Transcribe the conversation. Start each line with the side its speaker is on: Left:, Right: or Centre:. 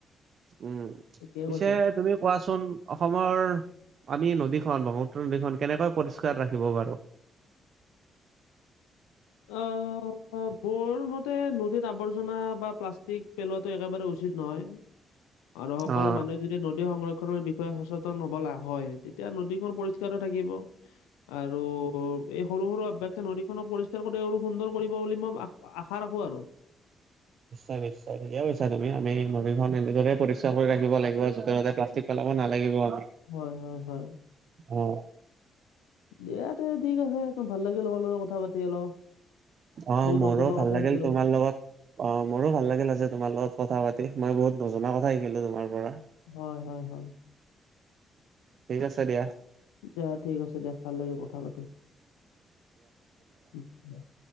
Right: উম,
Left: ঠিকে
Right: পিছে
Left: কৈছা।
Right: তুমি কোৱাচোন, অসমৰ আমি নদীখন- ব্ৰহ্মপুত্ৰ নদীখন কেনেকৈ পৰিষ্কাৰ ৰাখিব পাৰোঁ?
Left: অ' অ'- মোৰ মতে নদীত আৱৰ্জনা বা প্লাষ্টিক পেলোৱাটো একেবাৰে উচিত নহয়। আৰু সকলো
Right: অ'।
Left: মানুহে যদি নদী সংৰক্ষণৰ বিষয়ে সচেতন হবলে- হয় তেতিয়া নদীখন পৰিষ্কাৰো থাকিব। আৰু এই সৰু-সৰু অভ্যাসে নদীখনো পৰি তেলোকো তেওৰো সুন্দৰ কৰিব বুলি মই আ- আশা ৰাখো আৰু।
Right: নিশ্চয় - নিশ্চয়, ঠিকে কৈছা তুমি। আমি নদীখন এনেদৰে পৰিষ্কাৰ কৰি ৰাখিব লাগিব। য'তে-ত'তে প্লাষ্টিক পেলাব নালাগিব আমি।
Left: হয় - হয় - হয়।
Right: অ'।
Left: দিয়াতে, ঠিক আছে। তো ভাল লাগিল লগৰ লগত কথা পাতি অলপ।
Right: অ'
Left: বহুত
Right: মোৰো
Left: নজনা
Right: ভাল
Left: কথা
Right: লাগিল
Left: শিকিলো।
Right: তোমাৰ লগত অ' মোৰো ভাল লাগিল আজি তোমাৰ লগত কথা পাতি। মই বহুত নজনা কথা শিকিলোঁ তোমাৰ পৰা।
Left: হয় - হয় - হয়।
Right: ঠিক আছে দিয়া।
Left: দিয়া, ঠিক আছে দিয়া। ভাল লাগিল কথা পাতি। উম